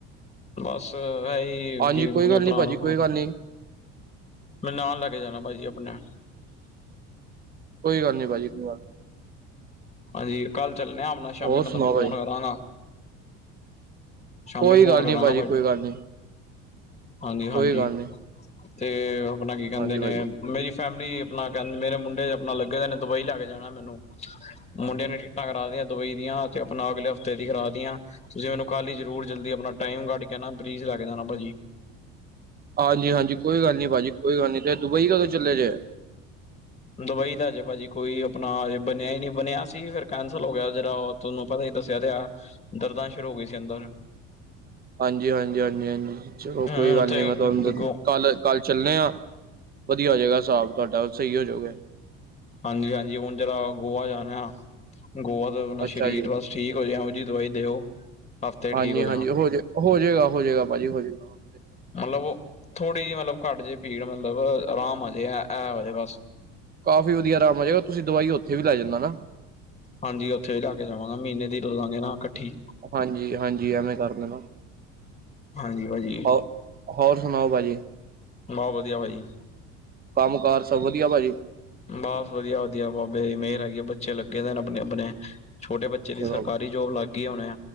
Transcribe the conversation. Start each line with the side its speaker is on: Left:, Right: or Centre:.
Left: ਬੱਸ ਇਹੀ
Right: ਹਾਂਜੀ
Left: ਕਿ
Right: ਕੋਈ
Left: ਅਪਣੇ
Right: ਗੱਲ
Left: ਭਰਾ
Right: ਨੀ ਭਾਜੀ
Left: ਨੂੰ
Right: ਕੋਈ
Left: ਹੁਨ
Right: ਗੱਲ ਨੀ
Left: ਮੈਨ ਨਾਲ ਲੈਕੇ ਜਾਣਾ ਭਾਜੀ ਅਪਣੇ।
Right: ਕੋਈ ਗੱਲ ਨੀ ਭਾ ਜੀ <unintelligible>
Left: ਹਾਂਜੀ ਕਲ ਚਲਣੇ ਹਾ ਅਪਣਾ ਸ਼ਾਮੀ
Right: ਹੋਰ
Left: ਮੈਂ ਤੁਹਾਨੂੰ
Right: ਸੁਣਾਓ
Left: ਫੋਨ
Right: ਭਾਜੀ
Left: ਕਰਾਂਗਾ। ਸ਼ਾਮੀਂ
Right: ਕੋਈ
Left: ਫੋਨ
Right: ਗੱਲ
Left: ਕਰਾਂਗਾ
Right: ਨੀ ਭਾਜੀ
Left: ਭਾ
Right: ਕੋਈ ਗੱਲ ਨੀ
Left: ਹਾਂਜੀ-ਹਾਂਜੀ
Right: ਕੋਈ ਗੱਲ ਨੀ
Left: ਤੇ ਅਪਣਾ ਕਿ ਕਹਿੰਦੇ
Right: ਹਾਂਜੀ
Left: ਨੇ
Right: ਭਾਜੀ
Left: ਮੇ ਫੈਮਲੀ ਅਪਣਾ ਕਹਿੰਦੇ ਮੇਰੇ ਮੁੰਡੇ ਆਪਣਾ ਲੱਗੇ ਦੇ ਨੇ ਦੁਬਈ ਲੈ ਕੇ ਜਾਣਾ ਮੈਨੂੰ। ਮੁੰਡਿਆਂ ਨੇ ਟਿਕਟਾਂ ਕਰਾ ਦੀਆਂ ਦੁਬਈ ਦੀਆਂ ਤੇ ਆਪਣਾ ਅਗਲੇ ਹਫ਼ਤੇ ਦੀ ਕਰਾ ਤੀਆ। ਤੁਸੀਂ ਮੈਨੂੰ ਕੱਲ ਹੀ ਜ਼ਰੂਰ ਜਲਦੀ ਅਪਣਾ ਟਾਈਮ ਕੱਢ ਕੇ ਪਲੀਸ ਲੈਕੇ ਜਾਣਾ ਭਾਜੀ।
Right: ਹਾਂਜੀ-ਹਾਂਜੀ ਕੋਈ ਗੱਲ ਨੀ ਭਾਜੀ ਕੋਈ ਗੱਲ ਨੀ ਤੇ ਦੁਬਈ ਕਦੋਂ ਚੱਲੇ ਜੇ।
Left: ਦੁਬਈ ਦਾ ਅਜੇ ਭਾਜੀ ਕੋਈ ਅਪਣਾ ਅਜੇ ਬਣਿਆ ਹੀ ਨਹੀਂ ਬਣਿਆ ਸੀ ਫਿਰ ਕੈਂਸਲ ਹੋ ਗਿਆ ਜਿਹੜਾ ਤੁਹਾਨੂੰ ਪਤਾ ਹੀ ਦੱਸਿਆ ਤੇ ਆ ਦਰਦਾਂ ਸ਼ੁਰੂ ਹੋ ਗਈ ਸੀ ਅੰਦਰ।
Right: ਹਾਂਜੀ-ਹਾਂਜੀ, ਹਾਂਜੀ-ਹਾਂਜੀ ਚਲੋ
Left: ਹਮ
Right: ਕੋਈ ਗੱਲ
Left: ਉੱਥੇ
Right: ਨੀ ਮੈਂ ਤੁਹਾਨੂੰ
Left: ਗੋ
Right: ਕੱਲ, ਕੱਲ ਚੱਲੇ ਹਾਂ ਵਧੀਆ ਹੋ ਜੇਗਾ ਹਿਸਾਬ ਤੁਹਾਡਾ ਸਹੀ ਹੋ ਜੋਗੇ।
Left: ਹਾਂਜੀ-ਹਾਂਜੀ ਹੁਣ ਜਿਹਰਾ ਗੋਆ ਜਾਣਾ, ਗੋਆ ਦਾ ਅਪਨਾ
Right: ਅੱਛਾ
Left: ਸ਼ਰੀਰ
Right: ਜੀ
Left: ਬਸ ਠੀਕ ਹੋ ਜੇ ਇਹੋ ਜੀ ਦਵਾਈ ਦਿਓ। ਹਫ਼ਤੇ ਠੀਕ
Right: ਹਾਂਜੀ-ਹਾਂਜੀ
Left: ਹੋ ਜਾ
Right: ਹੋਜੇ ਹੋ ਜਏਗਾ, ਹੋ ਜਏਗਾ ਭਾਜੀ ਹੋ ਜਏਗਾ।
Left: ਮਲਬ ਥੋੜ੍ਹੀ ਜਿਹੀ ਮਤਲਬ ਘੱਟ ਜੇ ਪੀੜ ਮਤਲਬ ਆਰਾਮ ਆਜੇ ਇਹ ਹੋਜੇ ਬਸ।
Right: ਕਾਫੀ ਵਧੀਆ ਆਰਾਮ ਆ ਜੇਏਗਾ ਤੁਸੀਂ ਦਵਾਈ ਉੱਥੇ ਵੀ ਲੈ ਜਾਨਾ ਨਾ।
Left: ਹਾਂਜੀ ਉੱਥੇ ਵੀ ਲੈਅ ਕੇ ਜਾਵਾਂਗਾ ਮਹੀਨੇ ਦੀ ਲੈ ਲਾਂਗੇ ਨਾ ਕੱਠੀ।
Right: ਹਾਂਜੀ-ਹਾਂਜੀ ਐਵੇਂ ਕਰ ਦੇਨਾ।
Left: ਹਾਂਜੀ ਭਾਜੀ।
Right: ਹੋ ਹੋਰ ਸੁਣਾਓ ਭਾਜੀ।
Left: ਮੋ ਵਧੀਆ ਭਾਜੀ।
Right: ਕੰਮ ਕਾਰ ਸਭ ਵਧੀਆ ਭਾਜੀ।
Left: ਬਸ ਵਧੀਆ-ਵਧੀਆ ਬਾਬੇ ਦੀ ਮਿਹਰ ਹੈਗੀ ਹੈ ਬੱਚੇ ਲ ਲੱਗੇ ਦੇ ਨੇ ਅਪਨੇ-ਅਪਨੇ ਛੋਟੇ ਬੱਚੇ ਦੀ
Right: ਚਲੋ
Left: ਸਰਕਾਰੀ ਜੋਬ ਲੱਗ ਗਈ ਹੁਣੇ।